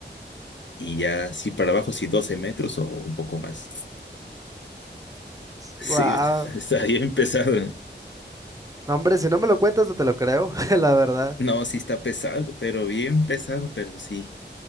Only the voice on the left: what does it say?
Y ya, sí, para abajo, sí, 12 metros o un poco más. Sí,
<laughs> está bien pesado.
No, sí está pesado, pero bien pesado, pero sí,